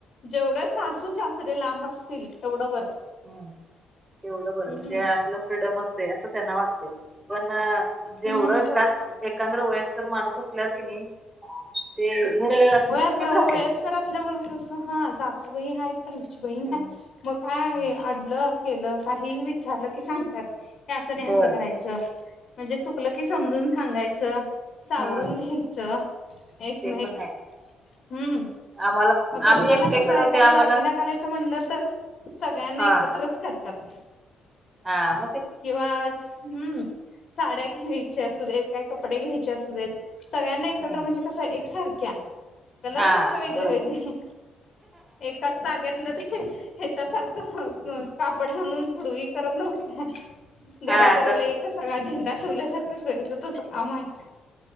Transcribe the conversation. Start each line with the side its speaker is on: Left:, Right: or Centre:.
Left: जेवढं सासु सासरे लांब असतील तेवढ बरं.
Right: हम् तेवढ बरं
Left: हम्म
Right: म्हणजे आपल फ्रीडम असते अस त्यांना वाटते. पण जेवढं
Left: हम्म
Right: घरात एकंद्र वयस् तर माणुस असल्यावर कि नाही ते घर असं
Left: हो
Right: शिस्तीत
Left: आता
Right: राहते
Left: वयस्कर असल्यामुळे कस हा सासु बहीण आहेत त्यांची बहीण
Right: हम्म,
Left: आहे मग काय
Right: हम्म.
Left: अडलं केलं काही विचारलं की सांगतात की अस नाही
Right: होय
Left: अस करायचं. म्हणजे चुकल की समजुन सांगायच. चावरून
Right: हा
Left: घ्यायचं एकमेक
Right: ते पण आहे
Left: हम्म
Right: आम्हाला
Left: मग करताना
Right: आम्ही एकटे
Left: कसं
Right: एकटे राहते
Left: एखादा
Right: आम्हाला
Left: दागिना करायचं म्हणलं तर सगळ्यांना
Right: हा
Left: एकत्रच करत पत
Right: हा म
Left: किंवा हम्म साड्या घ्यायच्या असू देत काय कपडे घ्यायचे असू देत सग्यांना एकत्र
Right: हम्म
Left: म्हणजे कसं एकसारख्या कलर
Right: हा
Left: फक्त वेगळे
Right: बरोबर
Left: वेगळे एकाच ताग्याेतलं ते ह्याच्यासारखं कापड आणा आणून पूर्वी करत नव्हती त्या घरादाराला
Right: हा तस
Left: एकच सांगा झेंडा शिवल्यासारखा स व्यायचं तच काम आहे